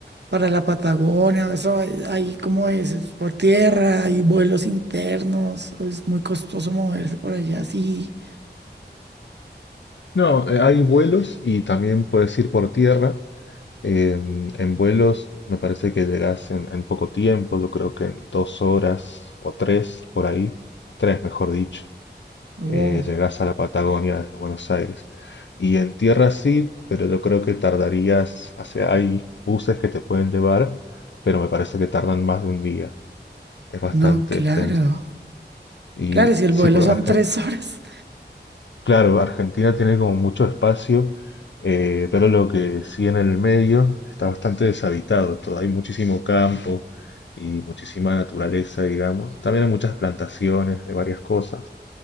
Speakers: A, on the right; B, on the left.
A: para la Patagonia, eso, ahí ahí como es, ¿Es por tierra, hay vuelos internos, o es muy costoso moverse por allá, sí.
B: No, eh, hay vuelos y también puedes ir por tierra. En, en vuelos me parece que llegas en, en poco tiempo, yo creo que en dos horas o tres por ahí, tres mejor dicho,
A: Wow.
B: eh, llegas a la Patagonia desde Buenos Aires. Y en tierra sí, pero yo creo que tardarías, o sea, hay buses que te pueden llevar, pero me parece que tardan más de un día. Es bastante
A: No, claro.
B: extenso. Y
A: Claro, si el
B: sí,
A: vuelo
B: porque
A: son
B: Arge-
A: tres <laughs> horas,
B: Claro, Argentina tiene como mucho espacio, eh, pero lo que sí en el medio está bastante deshabitado. Todo, hay muchísimo campo y muchísima naturaleza, digamos. También hay muchas plantaciones de varias cosas